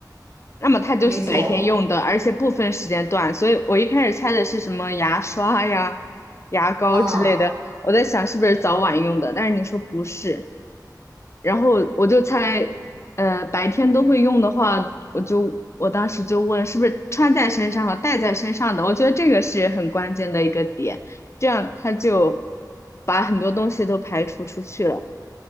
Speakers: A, on the left; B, on the right.
A: 那么它就是白天用的，
B: 没错。
A: 而且不分时间段，所以我一开始猜的是什么牙刷呀、牙膏之类的，
B: 嗯，
A: 我在想是不是早晚用的，但是你说不是，然后我就猜，呃，白天都会用的话，我就我当时就问是不是穿在身上和戴在身上的，我觉得这个是很关键的一个点，这样它就把很多东西都排除出去了，